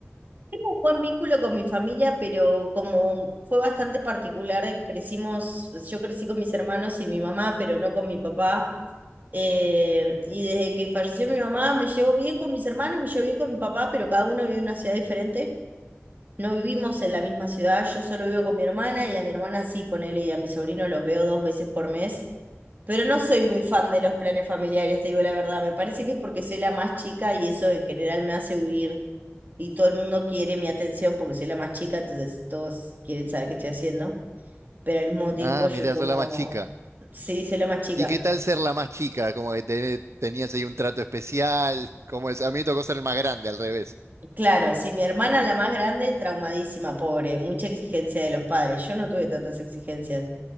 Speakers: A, on the right; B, on the right.
A: Tengo un buen vínculo con mi familia, pero como fue bastante particular, crecimos, yo crecí con mis hermanos y mi mamá, pero no con mi papá. Eh, y desde que falleció mi mamá me llevo bien con mis hermanos, me llevo bien con mi papá, pero cada uno vive en una ciudad diferente. No vivimos en la misma ciudad, yo solo vivo con mi hermana y a mi hermana sí, ponele, y a mi sobrino los veo dos veces por mes. Pero no soy muy fan de los planes familiares, te digo la verdad. Me parece que es porque soy la más chica y eso en general me hace huir. Y todo el mundo quiere mi atención porque soy la más chica, entonces todos quieren saber qué estoy haciendo. Pero al mismo tiempo
B: Ah,
A: yo
B: mirá,
A: es como,
B: sos la más chica.
A: sí, soy la más chica.
B: ¿Y qué tal ser la más chica? Como que te- tenías ahí un trato especial. ¿Cómo es? A mí me tocó ser el más grande, al revés.
A: Claro, sí, mi hermana la más grande, traumadísima, pobre, mucha exigencia de los padres. Yo no tuve tantas exigencias.